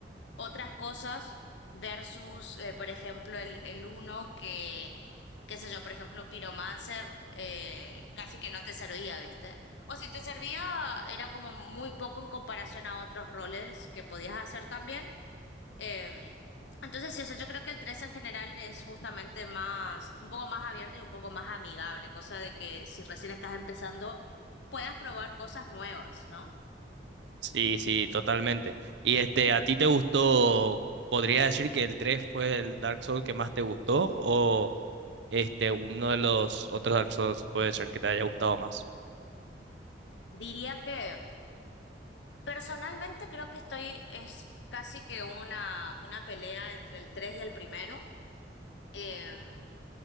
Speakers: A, on the left; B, on the right.
A: otras cosas versus, eh, por ejemplo, el, el uno que qué sé yo, por ejemplo, Pyromancer eh, casi que no te servía, ¿viste? O si te servía, era como muy poco en comparación a otros roles que podías hacer también. Em, entonces, sí, o sea, yo creo que el 3 en general es justamente más, un poco más abierto y un poco más amigable, cosa de que si recién estás empezando, puedas probar cosas nuevas, ¿no?
B: Sí, sí, totalmente. Y este, ¿a ti te gustó? ¿Podría decir que el 3 fue el Dark Souls que más te gustó o este uno de los otros Dark Souls puede ser que te haya gustado más?
A: Diría que personalmente creo que estoy, es casi que una, una pelea entre el 3 y el primero. Em,